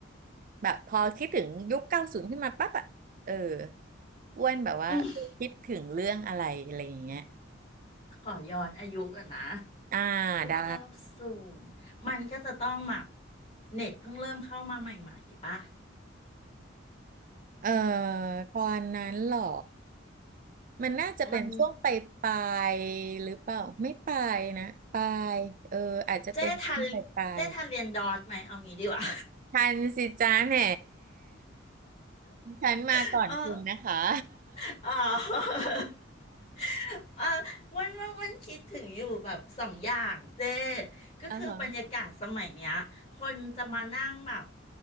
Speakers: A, on the right; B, on the left.
A: แบบพอคิดถึงยุคเก้าศูนย์ขึ้นมาปั๊บอะเอออ้วนแบบว่าคิดถึงเรื่องอะไรอะไรอย่างเงี้ย
B: มขอย้อนอายุกันนะ
A: อ่า
B: ยุคเก้าศูนย์
A: ได้
B: มันก็จะต้องแบบเน็ตเพิ่งเริ่มเข้ามาใหม่ๆป่ะ
A: เออตอนนั้นเหรอ มันน่าจะเป็นช่วงปลายปลายหรือเปล่าไม่ปลายนะปลายเอออาจจะเป็นช่วงปลายปลาย
B: มันเจ๊ทันเจ๊ทันเรียนดอทไหมเอางี้ดีกว่า
A: ทันสิจ้าแหมฉันมาก่อนคุณนะคะ
B: <laughs> เอออ๋อ <laughs> เออวันวันวันคิดถึงอยู่แบบสองอย่างเจ้
A: <laughs>
B: ก็คือบรรยากาศสมัยเนี้ยคนจะมานั่งแบบ
A: อ่าฮะ